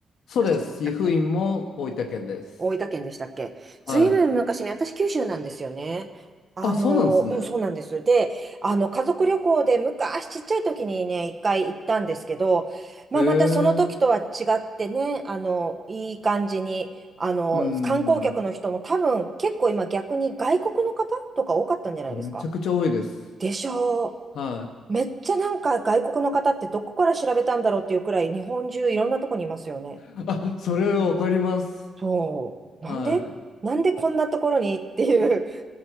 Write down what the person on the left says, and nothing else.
そうです。
湯布院も大分県です。
はい。
あ、そうなんですね。
へえ。
うん。
いやめちゃくちゃ多いです。
は
い。あ、それわかります。
はい。